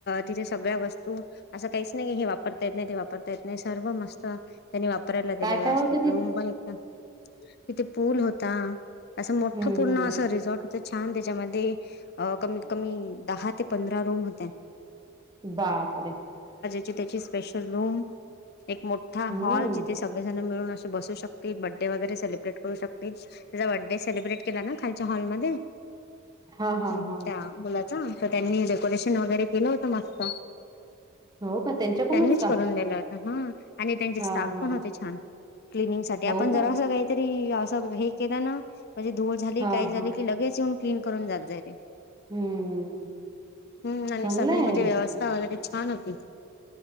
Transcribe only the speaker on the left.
तिथे सगळ्या वस्तू असं काहीच नाही की हे वापरता येत नाही ते वापरता येत नाही सर्व मस्त. त्यांनी वापरायला
दिला व्यवस्थित
रूम पण येत तिथ पूल होता असं मोठं
पूर्ण
असं रिझॉर्ट. तर छान त्याच्यामध्ये अ कमीत कमी दहा ते पंधरा रूम होते.
ती त्याच्या स्पेशल रूम एक मोठा
हॉल जिथे सगळे मिळून बसूकत बडडे वगैरेलिब्रे करू शकते त्याचा बर्थडे सेलिब्रेट केला ना खालच्या हॉलमध्ये
हम्म
त्या मुला तर त्यांनी डेकोरेशन वगैरे केलं होत मस्त
त्यांनीच
करून दिलं हा आणि त्यांचे
स्टाफ
पण होते छान क्लिनिंग साठी
आपण जरा
असं का असं हे केला ना म्हणजे धूळ झाली
काही झाली
की लगेच येऊन क्लीन करून जात जाय रे
हम्म आणि
सगळी म्हणजे व्यवस्था वगैरे छान होती